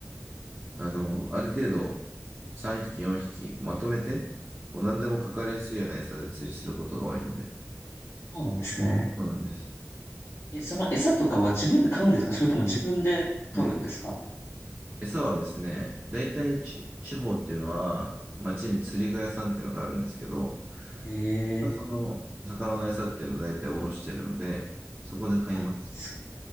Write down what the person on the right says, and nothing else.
あの、ある程度3匹、4匹まとめて、こう何でもかかりやすいような餌で釣りすることが多いので、
そうなんです。
はい。餌はですね、大体ち地方っていうのは、町に釣り具屋さんっていうのがあるんですけど、
がその魚の餌っていうのを大体おろしてるので、そこで買います。